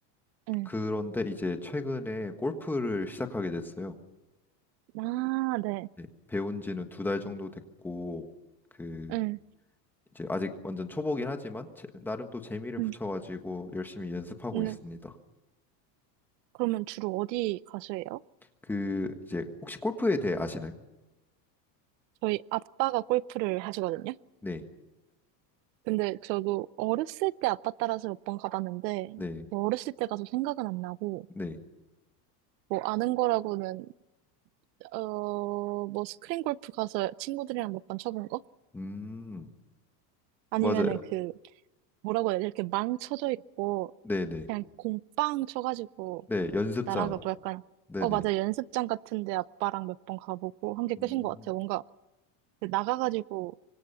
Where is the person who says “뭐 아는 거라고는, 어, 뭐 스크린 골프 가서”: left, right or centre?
Right